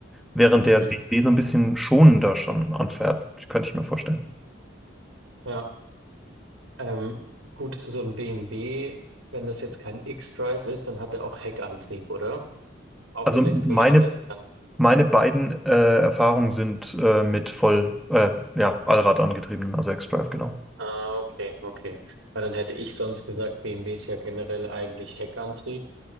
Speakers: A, in the centre; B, on the right (about 85°).
A: während
B: Mhm.
A: der BMW so ein bisschen schonender schon anfährt. Könnte ich mir vorstellen.
B: Ja, ähm, gut, so ein BMW, wenn das jetzt kein X-Drive ist, dann hat er auch Heckantrieb, oder? Auch
A: Also
B: elektrisch
A: meine,
B: hat er Heckantrieb.
A: meine beiden äh, Erfahrungen sind äh, mit voll, äh, ja, Allrad angetriebenen, also X-Drive, genau.
B: Ah, okay, okay. Weil dann hätte ich sonst gesagt, BMW ist ja generell eigentlich Heckantrieb.